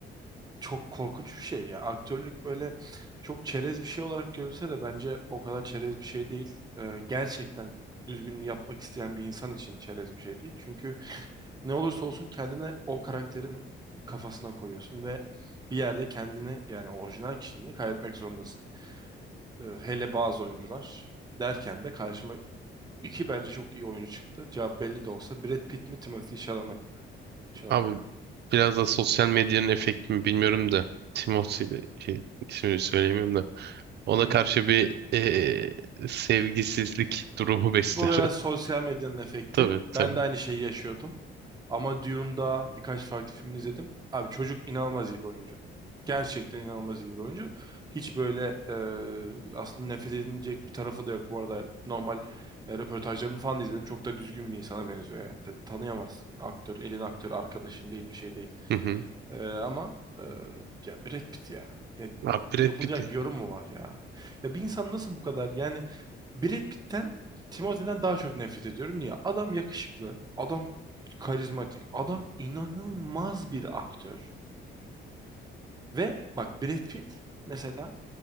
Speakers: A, on the right; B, on the right.
A: çok korkunç bir şey ya. Aktörlük böyle çok çerez bir şey olarak görülse de bence o kadar çerez bir şey değil. Ee, gerçekten düzgün yapmak isteyen bir insan için çerez bir şey değil. Çünkü ne olursa olsun kendine o karakterin kafasına koyuyorsun ve bir yerde kendini yani orijinal kişiliğini kaybetmek zorundasın. Ee, hele bazı oyuncular derken de karşıma İki bence çok iyi oyuncu çıktı. Cevap belli de olsa. Brad Pitt mi Timothy Chalamet mi? Chalamet
B: Abi
A: mi?
B: biraz da sosyal medyanın efekti mi bilmiyorum da Timothy ile şey, ismini söyleyemiyorum da ona
A: Hı hı.
B: karşı bir eee, sevgisizlik durumu besliyorum.
A: Bu biraz sosyal medyanın efekti.
B: <laughs> Tabii
A: Ben
B: tabii.
A: de aynı şeyi yaşıyordum. Ama Dune'da birkaç farklı film izledim. Abi çocuk inanılmaz iyi bir oyuncu. Gerçekten inanılmaz iyi bir oyuncu. Hiç böyle e, aslında nefret edilecek bir tarafı da yok. Bu arada normal e, röportajlarını falan da izledim. Çok da düzgün bir insana benziyor yani. Tabii tanıyamazsın. Aktör, elin aktör, arkadaşın değil bir şey değil.
B: Hı hı.
A: Ee, ama e, ya Brad Pitt ya. ya.
B: Abi Brad
A: Yapılacak
B: Pitt ya.
A: yorum mu var ya? Ya bir insan nasıl bu kadar yani Brad Pitt'ten Timothée daha çok nefret ediyorum. Niye? Adam yakışıklı, adam karizmatik, adam inanılmaz bir aktör. Ve bak Brad Pitt mesela